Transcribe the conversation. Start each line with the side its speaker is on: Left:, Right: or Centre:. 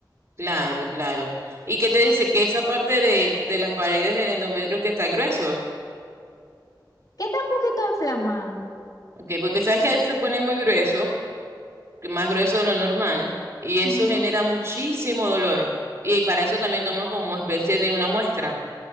Right: Claro, claro. ¿Y qué te dice? Que esa parte de, de las paredes del endometrio que está grueso.
Left: que está un poquito inflamado.
Right: Okay, porque sabes que a veces se pone muy grueso, que más grueso de lo normal, y eso
Left: Ujú.
Right: genera muchísimo dolor. Y para eso también toman como especie de una muestra,